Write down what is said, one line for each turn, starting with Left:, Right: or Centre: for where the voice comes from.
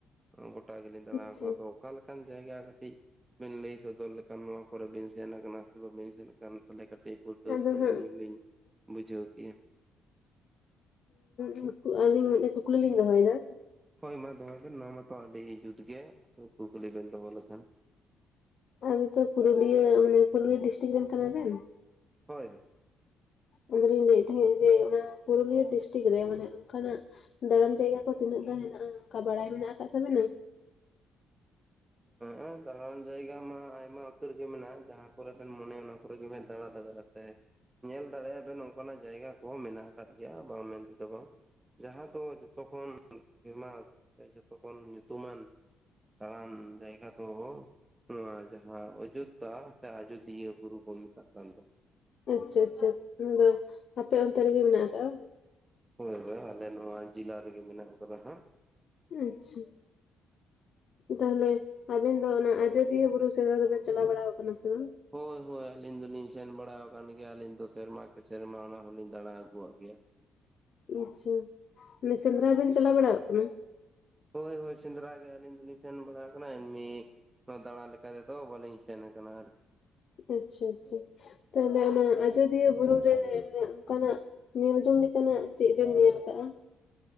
Right: ᱜᱚᱴᱟ ᱜᱮ ᱞᱤᱧ ᱫᱟᱲᱟ
Left: ᱟᱪᱪᱷᱟ
Right: ᱠᱟᱫᱟ ᱟᱫᱚ ᱚᱠᱟᱞᱮ ᱞᱮᱠᱟ? ᱚᱱᱠᱟᱱ ᱡᱟᱭᱜᱟ ᱠᱟᱹᱴᱤᱡ ᱵᱤᱱ ᱞᱟᱹᱭ ᱥᱚᱫᱚᱨ ᱞᱮᱠᱷᱟᱱ ᱱᱚᱣᱟ ᱠᱚᱨᱮ ᱵᱤᱱ ᱥᱮᱱ ᱠᱟᱱᱟ᱾ ᱥᱮ ᱵᱟᱵᱤᱱ ᱥᱮᱱ ᱠᱟᱱ ᱛᱟᱦᱚᱞᱮ ᱠᱟᱹᱴᱤᱡ ᱯᱩᱥᱴᱟᱹᱣ
Left: ᱟᱫᱚ
Right: ᱥᱟᱺᱦᱤᱡ
Left: ᱦᱟᱸᱜ
Right: ᱟᱹᱞᱤᱧ ᱦᱚᱸᱞᱤᱧ ᱵᱩᱡᱷᱟᱹᱣ ᱠᱮᱭᱟ᱾
Left: ᱦᱸ ᱟᱞᱤᱧ ᱢᱤᱫᱴᱮᱱ ᱠᱩᱠᱞᱤ ᱞᱤᱧ ᱫᱚᱦᱚᱭᱫᱟ?
Right: ᱦᱳᱭ ᱢᱟ ᱫᱚᱦᱚᱭ ᱵᱮᱱ ᱱᱚᱣᱟ ᱢᱟᱛᱚ ᱟᱹᱰᱤ ᱡᱩᱛ ᱜᱮ ᱠᱩᱠᱞᱤ ᱵᱮᱱ ᱫᱚᱦᱚ ᱞᱮᱠᱷᱟᱱ᱾
Left: ᱟᱵᱤᱱ ᱛᱚ ᱯᱩᱨᱩᱞᱤᱭᱟᱹ ᱢᱟᱱᱮ ᱯᱩᱨᱩᱞᱤᱭᱟᱹ ᱰᱤᱥᱴᱤᱠ ᱨᱮᱱ ᱠᱟᱱᱟ ᱵᱮᱱ?
Right: ᱦᱳᱭᱻᱦᱳᱭ᱾
Left: ᱟᱫᱚᱞᱤᱧ ᱞᱟᱹᱭᱮᱜ ᱛᱟᱦᱮᱸ ᱡᱮ ᱚᱱᱟ ᱯᱩᱨᱩᱞᱤᱭᱟᱹ ᱰᱤᱥᱴᱤᱠ ᱨᱮ ᱢᱟᱱᱮ ᱚᱱᱠᱟᱱᱟᱜ ᱫᱟᱲᱟᱱ ᱡᱟᱭᱜᱟ ᱠᱚ ᱛᱤᱱᱟᱹᱜ ᱜᱟᱱ ᱦᱮᱱᱟᱜᱼᱟ ᱚᱱᱠᱟ ᱵᱟᱲᱟᱭ ᱢᱮᱱᱟᱜ ᱠᱟᱜ ᱛᱟᱵᱤᱱᱟ?
Right: ᱦᱮᱸᱻᱻ ᱫᱟᱬᱟᱱ ᱡᱟᱭᱜᱟ ᱢᱟ ᱟᱭᱢᱟ ᱩᱛᱟᱹᱨ ᱜᱮ ᱢᱮᱱᱟᱜᱼᱟ, ᱡᱟᱦᱟᱸ ᱠᱚᱨᱮ ᱵᱮᱱ ᱢᱚᱱᱮᱭᱟ ᱚᱱᱟ ᱠᱚᱨᱮ ᱜᱮᱵᱤᱱ ᱫᱟᱸᱬᱟ ᱫᱟᱲᱮ ᱟᱥᱮ᱾ ᱧᱮᱞ ᱫᱟᱲᱮᱭᱟᱜ ᱟᱵᱮᱱ ᱚᱱᱠᱟᱱᱟᱜ ᱡᱟᱭᱜᱟ ᱠᱚ ᱢᱮᱱᱟᱜ ᱠᱟᱫ ᱜᱮᱭᱟ ᱵᱟᱝ ᱢᱮᱱ ᱛᱮᱫᱚ ᱵᱟᱝ? ᱡᱟᱦᱟᱸ ᱫᱚ ᱡᱚᱛᱚ ᱠᱷᱚᱱ ᱯᱷᱮᱢᱟᱥ ᱥᱮ ᱡᱚᱛᱚᱠᱷᱚᱱ ᱧᱩᱛᱩᱢᱟᱱ ᱫᱟᱲᱟᱱ ᱡᱟᱭᱜᱟ ᱫᱚ ᱱᱚᱣᱟ ᱡᱟᱦᱟᱸ ᱚᱡᱳᱫᱽᱫᱷᱟ ᱥᱮ ᱟᱡᱫᱤᱭᱟᱹ ᱵᱩᱨᱩ ᱠᱚ ᱢᱮᱛᱟᱜ ᱠᱟᱱ ᱫᱚ᱾
Left: ᱟᱪᱪᱷᱟ ᱟᱪᱪᱷᱟ, ᱚᱱᱟᱫᱚ ᱟᱯᱮ ᱚᱱᱛᱮ ᱨᱮᱜᱮ ᱢᱮᱱᱟᱜ ᱠᱟᱜᱼᱟ?
Right: ᱦᱳᱭ ᱦᱳᱭ ᱟᱞᱮ ᱱᱚᱣᱟ ᱡᱮᱞᱟ ᱨᱮᱜᱮ ᱢᱮᱱᱟᱜ ᱠᱟᱫᱟ ᱦᱟᱸᱜ ᱾
Left: ᱟᱪᱪᱷᱟ᱾ ᱛᱟᱦᱚᱞᱮ ᱟᱵᱮᱱ ᱫᱚ ᱚᱱᱟ, ᱟᱡᱚᱫᱤᱭᱟᱹ ᱵᱩᱨᱩ ᱥᱮᱫᱽᱨᱟ ᱫᱚᱵᱮᱱ ᱪᱟᱞᱟᱣ ᱵᱟᱲᱟ ᱠᱟᱱᱟ ᱥᱮ ᱵᱟᱝ? <inaudible>
Right: ᱦᱳᱭ ᱦᱳᱭ ᱟᱹᱞᱤᱧ ᱫᱚᱞᱤᱧ ᱥᱮᱱ ᱵᱟᱲᱟ ᱟᱠᱟᱱ ᱜᱮᱭᱟ, ᱟᱹᱞᱤᱧ ᱫᱚ ᱥᱮᱨᱢᱟ ᱠᱤ ᱥᱮᱨᱢᱟ ᱚᱱᱟ ᱦᱚᱸᱞᱤᱧ ᱫᱟᱬᱟ ᱟᱹᱜᱩᱣᱟᱜ ᱜᱮᱭᱟ᱾
Left: ᱟᱪᱪᱷᱟ ᱢᱟᱱᱮ ᱥᱮᱸᱫᱽᱨᱟ ᱵᱮᱱ ᱪᱟᱞᱟᱣ ᱵᱟᱲᱟᱟᱜ ᱠᱟᱱᱟ?
Right: ᱦᱳᱭ ᱦᱳᱭ ᱥᱮᱸᱫᱽᱨᱟ ᱜᱮ ᱟᱹᱞᱤᱧ ᱫᱚᱞᱤᱧ ᱥᱮᱱ ᱵᱟᱲᱟ ᱠᱟᱱᱟ ᱮᱢᱱᱤ ᱫᱟᱬᱟ ᱞᱮᱠᱟ ᱛᱮᱫᱚ ᱵᱟᱹᱞᱤᱧ ᱥᱮᱱ ᱠᱟᱱᱟ ᱟᱨᱠᱤ?
Left: ᱟᱪᱪᱷᱟ ᱟᱪᱪᱷᱟ ᱛᱟᱦᱚᱞᱮ ᱚᱱᱟ ᱟᱡᱚᱫᱤᱭᱟᱹ ᱵᱩᱨᱩ ᱨᱮ ᱚᱱᱠᱟᱱᱟᱜ? ᱧᱮᱞᱡᱚᱝ ᱞᱮᱠᱟᱱᱟᱜ ᱪᱮᱜ ᱵᱮᱱ ᱧᱮᱞ ᱠᱟᱜᱼᱟ?